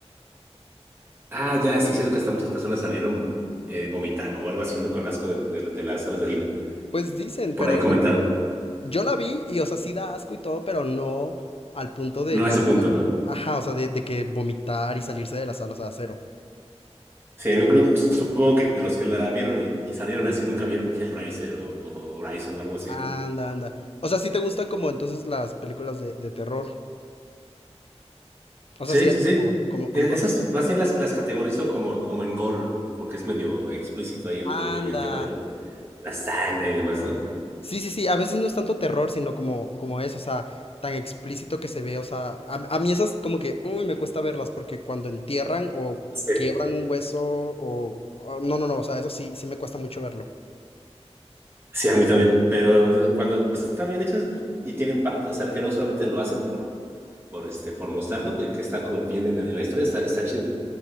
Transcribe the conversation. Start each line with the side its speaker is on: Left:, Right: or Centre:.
Right: Ah, ya, sí, es cierto que hasta muchas personas salieron eh, vomitando o algo así, ¿no? Con asco de, de- de las salas de cine.
Left: Pues dicen,
Right: Por
Left: pero
Right: ahí comentaron.
Left: yo, la- yo la vi y, o sea, sí da asco y todo, pero no al punto de
Right: No
Left: ya.
Right: a ese
Left: llegar-
Right: punto, ¿no?
Left: Ajá, o sea, de, de que vomitar y salirse de la sala, o sea, cero.
Right: Sí, yo creo- supongo que los que la vieron y, y salieron así nunca vieron Hellraiser o, o Horizon o algo así.
Left: Anda, anda. O sea, sí te gustan como entonces las películas de, de terror. O
Right: Sí,
Left: sea, sí eres
Right: sí, sí.
Left: como, como,
Right: Es-
Left: como conoces.
Right: Esas más bien las, las categorizo como, como en gore, porque es medio explícito ahí el, el,
Left: Anda.
Right: el- el tema del- de la sangre y demás, ¿no?
Left: Sí, sí, sí, a veces no es tanto terror, sino como, como eso, o sea, tan explícito que se ve, o sea, a, a mí esas como que, uy, me cuesta verlas, porque cuando entierran o
Right: Sí,
Left: quiebran un hueso, o, o- no, no, no, o sea, eso sí, sí me cuesta mucho verlo.
Right: sí, a mí también. Pero cuando están bien hechas pues, y tienen parte, o sea, que no solamente lo hacen por, por, este, por mostrarlo, que que está como bien en, en la historia, está, está chido.